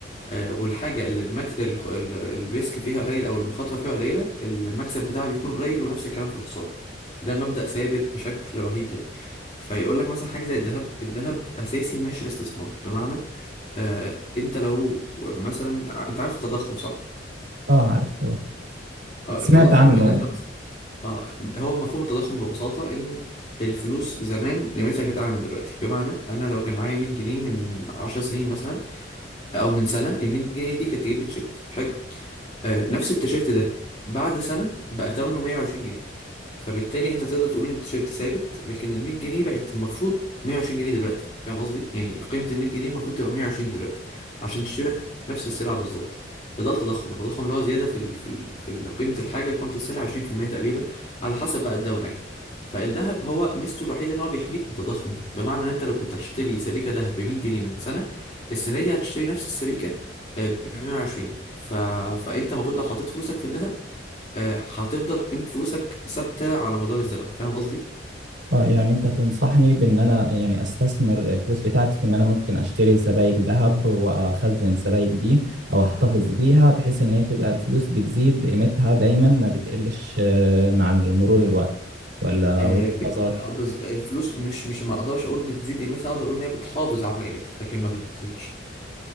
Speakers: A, on the left (about 35°); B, on the right (about 65°).
A: آه والحاجه اللي المكس... ال... ال... الريسك فيها قليل او المخاطره فيها قليله المكسب بتاعها بيكون قليل ونفس الكلام في الخساره ده مبدأ ثابت بشكل رهيب يعني فيقول لك مثلا حاجه زي الذهب الذهب اساسي مش استثمار بمعنى آه انت لو مثلا انت عارف التضخم صح
B: اه عارف طبعا
A: آه
B: سمعت
A: التضخم
B: عنه
A: ان انت اه هو مفهوم التضخم ببساطة إن الفلوس زمان قيمتها كانت أعلى من دلوقتي بمعنى أنا لو كان معايا 100 جنيه من 10 سنين مثلا او من سنه ال 100 جنيه دي كانت تجيب لي تيشيرت حلو آه نفس التيشيرت ده بعد سنه بقى ثمنه 120 جنيه فبالتالي انت تقدر تقول ان التيشيرت ثابت لكن ال 100 جنيه بقت المفروض 120 جنيه دلوقتي فاهم قصدي يعني قيمه ال 100 جنيه المفروض تبقى 120 دلوقتي عشان تشتري لك نفس السلعه بالظبط فده التضخم التضخم اللي هو زياده في ال في ال في ال- قيمه الحاجه قيمه السلعه 20% تقريبا على حسب بقى الدوله يعني فالذهب هو ميزته الوحيده ان هو بيحميك من التضخم ده بمعنى ان انت لو كنت هتشتري سبيكه ذهب ب 100 جنيه من سنه السنة دي هتشتري نفس السبيكة ب 120 ف... فأنت المفروض لو حطيت فلوسك في الذهب آه، هتفضل قيمة فلوسك ثابتة على مدار الزمن فاهم قصدي؟
B: اه يعني انت تنصحني بان انا يعني استثمر الفلوس بتاعتي في ان انا ممكن اشتري سبائك ذهب واخزن سبائك دي او احتفظ بيها بحيث ان هي تبقى الفلوس بتزيد قيمتها دايما ما بتقلش آه، مع مرور الوقت ولا
A: آه،
B: وجهة
A: ب...
B: نظرك
A: آه، بز... الفلوس مش مش ما أقدرش أقول بتزيد قيمتها أقدر أقول إن هي بتحافظ على قيمتها لكن ما بتزيدش